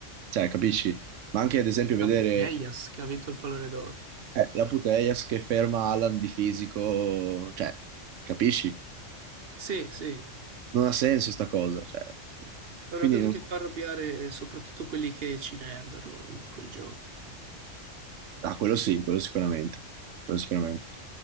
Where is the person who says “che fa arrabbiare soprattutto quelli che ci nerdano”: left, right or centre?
Right